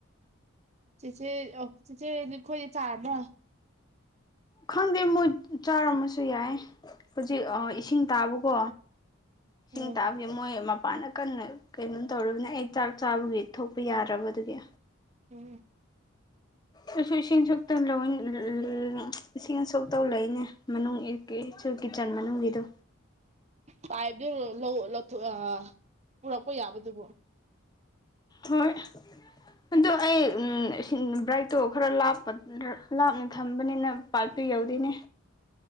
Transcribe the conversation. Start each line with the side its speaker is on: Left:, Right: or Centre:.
Right: ꯆꯦꯆꯦ ꯑꯣ ꯆꯦꯆꯦ ꯅꯈꯣꯏꯗꯤ ꯆꯥꯔꯕ꯭ꯔꯣ
Left: ꯈꯪꯗꯦ ꯃꯣꯏ ꯆꯥꯔꯝꯃꯁꯨ ꯌꯥꯏ ꯍꯧꯖꯤꯛ ꯑ ꯏꯁꯤꯡ ꯇꯥꯕꯀꯣ ꯏꯁꯤꯡ
Right: ꯎꯝ
Left: ꯇꯥꯕꯒꯤ ꯃꯣꯏ ꯃꯄꯥꯟꯗ ꯀꯟꯅ ꯀꯩꯅꯣꯝ ꯇꯧꯔꯨꯕꯅꯦ ꯑꯩ ꯆꯥꯛ ꯆꯥꯕꯒꯤ ꯊꯣꯛꯄ ꯌꯥꯗ꯭ꯔꯕ ꯑꯗꯨꯒꯤ
Right: ꯎꯝ
Left: ꯑꯩꯁꯨ ꯏꯁꯤꯡ ꯁꯣꯛꯇꯧ <unintelligible> ꯏꯁꯤꯡ ꯁꯣꯛꯇꯧ ꯂꯩꯅꯦ ꯃꯅꯨꯡ <unintelligible> ꯁꯨ ꯀꯤꯆꯟ ꯃꯅꯨꯡꯒꯤꯗꯣ
Right: ꯄꯥꯏꯞꯇ ꯂꯧ <unintelligible> ꯄꯨꯔꯛꯄ ꯌꯥꯕꯗꯨꯕꯨ
Left: ꯍꯣꯏ ꯑꯗꯨ ꯑꯩ ꯎꯝ ꯕ꯭ꯔꯥꯏꯛꯇꯣ ꯈꯔ ꯂꯥꯞꯄ <unintelligible> ꯂꯥꯞꯅ ꯊꯝꯕꯅꯤꯅ ꯄꯥꯏꯞꯇꯨ ꯌꯧꯗꯦꯅꯦ